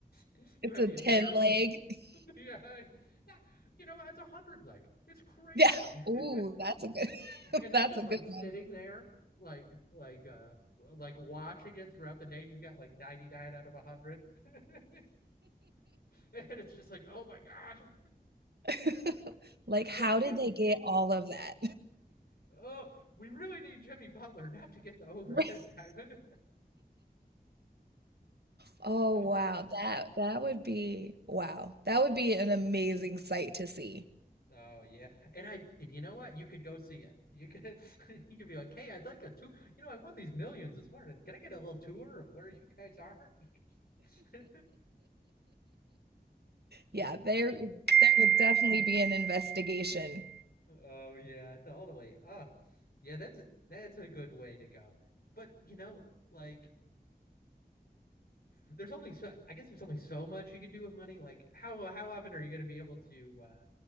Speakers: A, on the left; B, on the right.
A: <laughs> you
B: It's
A: have
B: a
A: the
B: 10
A: entire
B: leg. <laughs>
A: <laughs> yeah, yeah, you know, it's a hundred leg. It's crazy,
B: Yeah. Ooh, that's
A: <laughs>
B: a good <laughs>
A: and they're
B: that's
A: just
B: a good
A: like sitting
B: one.
A: there like like uh like watching it throughout the day and you've got like 99 out of 100 <laughs> <laughs> and it's just like, oh my God,
B: <laughs> Like, how
A: if Jim,
B: did they get all of that?
A: oh, we really need Jimmy Butler not to get the over
B: <laughs>
A: this time. <laughs>
B: Oh,
A: oh
B: wow. That that would be wow. That would be an amazing sight to see. <laughs>
A: yeah, and I, and you know what? You could go see it. You could, <laughs> you could be like, hey, I'd like a tour. You know, I won these millions this morning. Can I get a little tour of where you guys are? <laughs>
B: Yeah, there there would definitely be an investigation.
A: oh yeah, totally. Ah, oh, yeah, that's a that's a good way to go. But you know, like there's only so I guess there's only so much you could do with money. Like how how often are you going to be able to uh,